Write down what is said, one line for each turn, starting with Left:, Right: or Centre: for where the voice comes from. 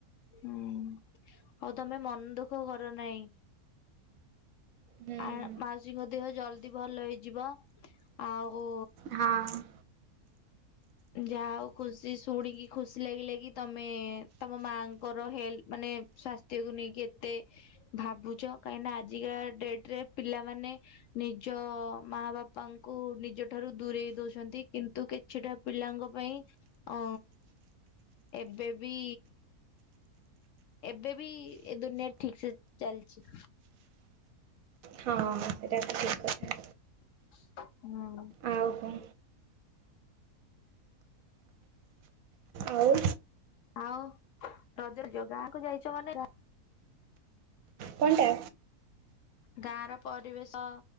Left: ହୁଁ ଆଉ ତମେ ମନ ଦୁଃଖ କର ନାହିଁ।
Right: ହୁଁ
Left: ଆ ମାଉସିଙ୍କ ଦେହ ଜଲଦି ଭଲ ହେଇଯିବ। ଆଉ।
Right: ହଁ।
Left: ଯାହା ହଉ ଖୁସି ଶୁଣିକି ଖୁସି ଲାଗିଲା କି ତମେ ତମ ମାଙ୍କର ହେଲ ମାନେ। ସ୍ଵାସ୍ଥ୍ୟକୁ ନେଇକି ଏତେ ଭାବୁଛ କାହିଁକି ନା ଆଜିକା ଡେଟ ରେ ପିଲାମାନେ। ନିଜ ମା ବାପାଙ୍କୁ ନିଜ ଠାରୁ ଦୂରେଇ ଦଉଛନ୍ତି। କିନ୍ତୁ କିଛିଟା ପିଲାଙ୍କ ପାଇଁ ଅ, ଏବେ ବି ଏବେ ବି ଏ ଦୁନିଆ ଠିକ ସେ ଚାଲିଛି।
Right: ହଁ, ଏଟା ଠିକ୍।
Left: ହଁ।
Right: କଥା ଆଉ କଣ? ଆଉ
Left: ଆଉ ରଜ ରେ ଯୋଉ ଗାଁ କୁ ଯାଇଛ ମାନେ ଗାଁ
Right: କଣ ଟା?
Left: ଗାଁ ର ପରିବେଶ,